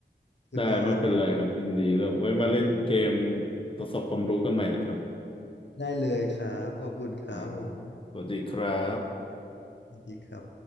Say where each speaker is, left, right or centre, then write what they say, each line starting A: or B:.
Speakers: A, on the left (about 70°); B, on the left (about 30°).
A: สุดยอด
B: ได้ไม่เป็นไรครับยินดีเราไว้มาเล่นเกมทดสอบความรู้กันใหม่นะครับ
A: ได้เลยครับ ขอบคุณครับผม
B: ครับสวัสดีครับ
A: สวัสดีครับ